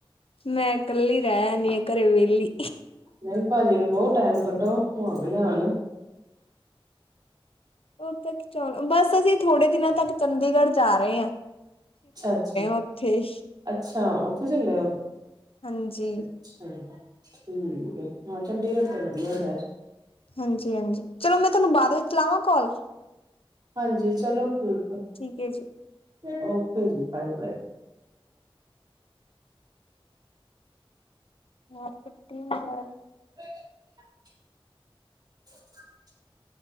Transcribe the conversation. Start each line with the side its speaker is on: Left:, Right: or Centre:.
Left: ਮੈਂ ਕੱਲੀ ਰੈ ਐ ਨੀ ਆ ਘਰੇ ਵੇਲੀ।
Right: ਨਈ ਭਾਜੀ ਨੂੰ ਕਓ ਟੈਮ ਕੱਢੋ, ਘੁੰਮਾ ਕੇ ਲਿਆਣ।
Left: ਓ ਤਾਂ ਏਕ ਚਾਂ, ਬਸ ਅਸੀਂ ਥੋੜੇ ਦਿਨਾਂ ਤੱਕ ਚੰਡੀਗੜ੍ਹ ਜਾ ਰਏ ਆ।
Right: ਅੱਛਾ- ਅੱਛਾ।
Left: ਉੱਥੇ।
Right: ਅੱਛਾ ਉੱਥੇ ਚੱਲੇ ਓ?
Left: ਹਾਂਜੀ,
Right: ਅਛਾ, ਠੀਕ ਏ। ਹਾਂ ਚੰਡੀਗੜ੍ਹ ਤਾਂ ਵਧੀਆ ਸ਼ਹਿਰ।
Left: ਹਾਂਜੀ-ਹਾਂਜੀ, ਚਲੋ ਮੈਂ ਤਾਂਨੂੰ ਬਾਅਦ ਵਿੱਚ ਲਾਵਾਂ ਕੋਲ।
Right: ਹਾਂਜੀ, ਚਲੋ ਠੀਕ ਏ।
Left: ਠੀਕ ਏ ਜੀ।
Right: ਓਕੇ ਜੀ, ਬਾਏ- ਬਾਏ।
Left: ਵਾਜ਼ ਕਟੀ ਜਾਰੀ।
Right: <inaudible> <inaudible>